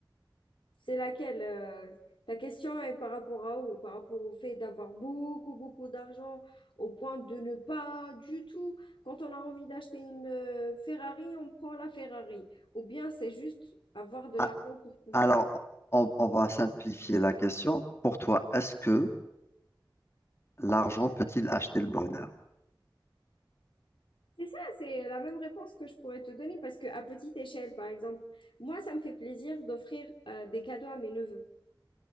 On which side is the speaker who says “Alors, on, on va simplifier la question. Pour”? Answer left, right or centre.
Left